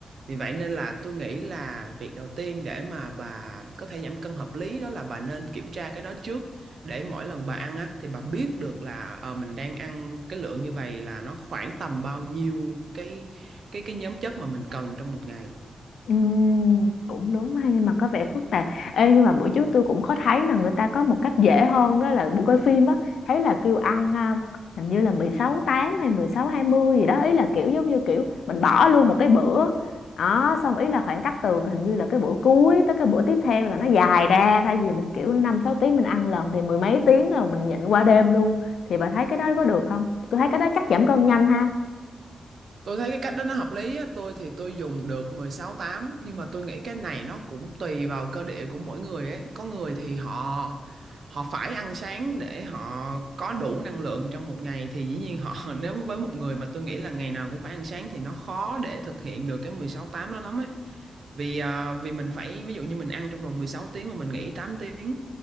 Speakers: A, on the right (about 55°); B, on the left (about 75°).
A: vì vậy nên là tôi nghĩ là việc đầu tiên để mà bà có thể giảm cân hợp lý đó là bà nên kiểm tra cái đó trước để mỗi lần bà ăn á thì bà biết được là ờ, mình đang ăn cái lượng như vậy là nó khoảng tầm bao nhiêu cái cái cái nhóm chất mà mình cần trong một ngày
B: Ừm, cũng đúng ha nhưng mà có vẻ phức tạp Ê, nhưng mà bữa trước tôi cũng có thấy là người ta có một cách dễ hơn đó là buổi coi phim á thấy là kêu ăn à, hình như là 16 8 hay mười sáu hai mươi gì đó ý là kiểu giống như kiểu mình bỏ luôn một cái bữa đó xong ý là khoảng cách từ hình như là cái bữa cuối tới cái bữa tiếp theo là nó dài ra thay vì mình kiểu 5 6 tiếng mình ăn lần thì mười mấy tiếng rồi mình nhịn qua đêm luôn thì bà thấy cái đó có được không tôi thấy cái đó chắc giảm cân nhanh ha
A: Tôi thấy cái cách đó nó hợp lý á, tôi thì tôi dùng được 16 8 nhưng mà tôi nghĩ cái này nó cũng tùy vào cơ địa của mỗi người ấy. Có người thì họ họ phải ăn sáng để họ có đủ năng lượng trong một ngày thì dĩ nhiên họ <laughs> nếu với một người mà tôi nghĩ là ngày nào cũng phải ăn sáng thì nó khó để thực hiện được cái 16 8 đó lắm ấy. Vì à, vì mình phải ví dụ như mình ăn trong vòng 16 tiếng mà mình nghỉ 8 tiếng